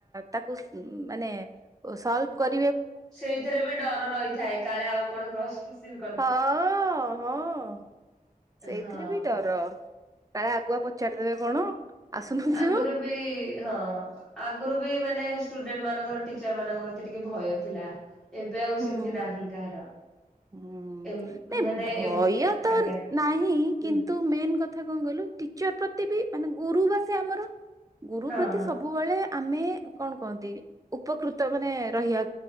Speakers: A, on the right; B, in the centre.
A: ତାକୁ ଉଁ ମାନେ ସୋଲବ କର୍
B: ସେଇଥିରେ ବି ଡର ରହିଥାଏ କାଳେ ଆଉ କଣ କ୍ରସ୍ କଶ୍ଚିନ୍
A: ହଁ ହଁ ହଁ ସେଇଥିରେ
B: ହଁ
A: ବି ଡର। କାଳେ ଆଗୁଆ ପଚାରିଦେବେ କଣ? ଆସୁନଥିବ।
B: ଆଗରୁ ବି ହଁ ଆଗରୁ ବି ମାନେ ଷ୍ଟୁଡେଣ୍ଟମାନଙ୍କର ଟିଚର ମାନଙ୍କ ପ୍ରତି ଟିକେ ଭୟ ଥିଲା। ଏବେ ଆଉ
A: ହୁଁ
B: ସେମିତି ନାହିଁ କାହାର।
A: ହୁଁ ନାଇ
B: ଏ ମାନେ
A: ଭୟ
B: ଏବେ
A: ତ
B: ଆଜ୍ଞା
A: ନାହିଁ
B: ହୁଁ
A: କିନ୍ତୁ ମେନ୍ କଥା କଣ କଇଲ୍ ଲୁ ଟିଚର ପ୍ରତି ବି ମାନେ ଗୁରୁ ବା ସେ ଆମର ଗୁରୁ
B: ହଁ
A: ପ୍ରତି
B: ହଁ
A: ସବୁବେଳେ ଆମେ କଣ କହନ୍ତି ଉପକୃତ ମାନେ ରହିବା